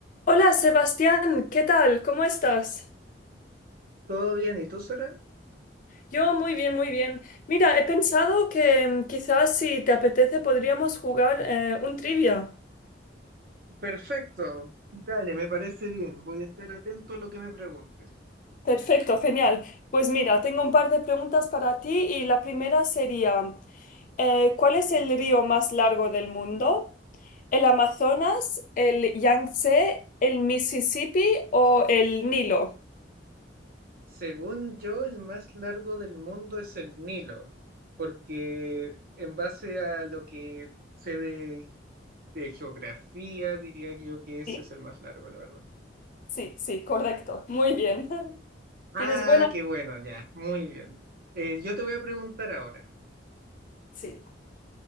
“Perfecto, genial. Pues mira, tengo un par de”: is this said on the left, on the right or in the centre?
Left